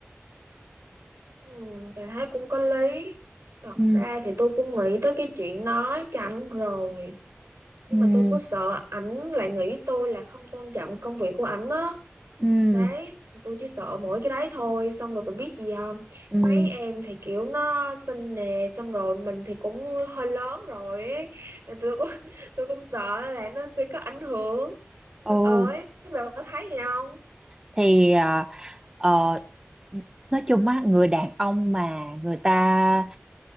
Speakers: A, on the right (about 70°); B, on the right (about 15°).
A: ừ, bạn thấy cũng có lý thật
B: ừ
A: ra thì tôi cũng nghĩ tới cái chuyện nói cho ảnh rồi nhưng
B: ừ
A: mà tôi cứ sợ ảnh lại nghĩ tôi là không tôn trọng công việc của ảnh á
B: ừ
A: đấy thì tôi chỉ sợ mỗi cái đấy thôi xong rồi bạn biết gì không
B: Ừ.
A: mấy em thì kiểu nó xinh nè xong rồi mình thì cũng hơi lớn rồi ấy Nên tôi cũng <laughs> tôi cũng sợ là nó sẽ có ảnh hưởng nhưng
B: Ồ,
A: ơi bạn có thấy gì không
B: thì ờ, ờ, nói chung á, người đàn ông mà người ta